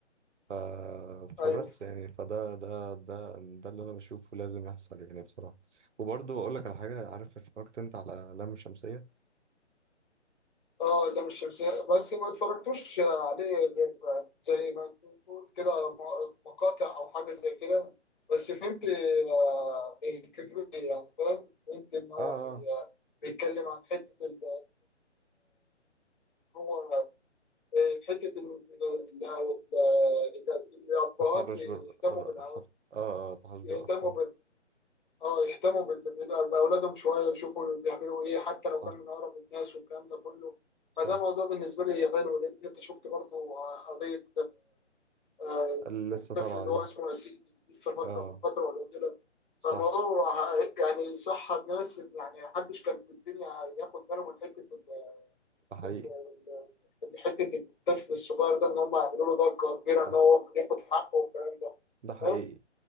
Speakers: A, on the right; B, on the left.
A: ف... فبس
B: ايوه
A: يعني فده ده ده ده اللي انا بشوفه لازم يحصل يعني بصراحة وبرضه اقول لك على حاجة عارف اتفرجت انت على لام شمسية
B: اه اللام الشمسية بس ما اتفرجتوش عليه غير زي ما تقول كده م- مقاطع او حاجة زي كده بس فهمت آه، الفكرة دي يعني فاهم فهمت ان هو
A: اه
B: بي- بيتكلم عن حتة ال- هو آه، حتة إن ال- ال- ال- الأبهات
A: اه تحرش
B: يهتموا
A: بال اه
B: بالأولاد
A: أحر- آه، آه، تحرش بالاطفال
B: يهتموا اه يهتموا بال- بال- باولادهم شويه يشوفوا بيعملوا ايه حتى لو
A: صح
B: كانوا من اقرب الناس والكلام ده كله
A: صح
B: فده موضوع بالنسبه لي حلو لان انت شفت برضه قضيه آه،
A: اللي
B: الطفل
A: لسه طالعة
B: اللي هو
A: دي
B: اسمه ياسين لسه فتره
A: اه
B: من فتره قليله
A: صح
B: فالموضوع ه- يعني صح الناس يعني محدش كان في الدنيا هياخد باله من حته ال-
A: ده حقيقي
B: ال- ال- حته الطفل الصغير ده ان هم يعملوا له ضجه كبيره
A: ده
B: ان هو
A: ح-
B: ياخد حقه والكلام ده
A: ده حقيقي
B: فاهم؟